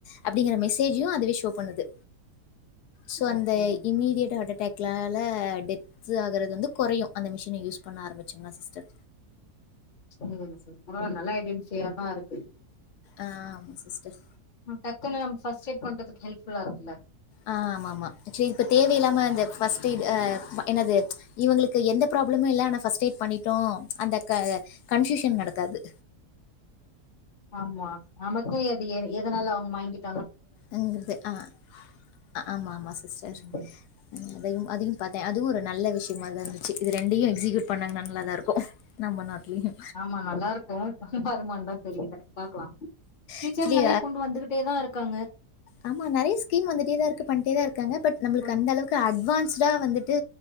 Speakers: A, on the left; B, on the left.
A: அப்படிங்கற மெசேஜு அதுவே ஷோ பண்ணுது சோ அந்த
B: ஓகே
A: இமீடியட் ஹார்ட் அட்டாக்லால டெத் ஆகறது வந்து குறையு அந்த மிஷின யூஸ் பண்ண ஆரமிச்ங்லா சிஸ்டர்
B: சொல்லுங்க மிஸ் அப்பற நல்லா ஐடென்டிஃயா தா இருக்கு
A: ஆ ஆமா சிஸ்டர்.
B: டக்குனு ஃபஸ்டேட் பண்றதுக் ஹெல்ப் புல்லா இருக்
A: ஆஹ் ஆமா ஆமா சே இப்ப தேவையில்லாம இந்த் ஃபஸ்டேடு ஆஹ் வ என்னது இவங்களுக்கு எந்த பிராப் ளவுமே இல்ல ஆனா ஃபஸ்டேட் பண்ணிடோ அந்த க கன்சுசன் நடக் தது
B: ஆமா நமக்கு அது எதனால அவங் மயகிட்
A: அ ஆஹ் ஆமா ஆமா சிஸ்டர்
B: ம்
A: அதையும் அதையும் பாத்தே அதுவு ஒரு நல்ல விஷய மாதான் இது ரெண்டயு எக்ஸிகியூட் பண்ணாங்கனா நல்லாதா இருக்கு நம்ப நாட்லயு
B: ஆமா நல்லா இருக்கு வருமான்தா தெரியல பாக்கலா ஃபியூச்சர்ல
A: ஆக்சுவலி
B: நெறைய கொண்டு வந்துகிட்டேதா இருக்காங்க
A: ஆமா நெறய ஸ்கீம் வந்துட்டே தா இருக்கு பண்ட்டே தா இருக்காங்க பட் நம்ளுக்கு
B: கொண்டு
A: அந்த அளவுக்கு அட்வான் ஸ்டா வந்துட்டு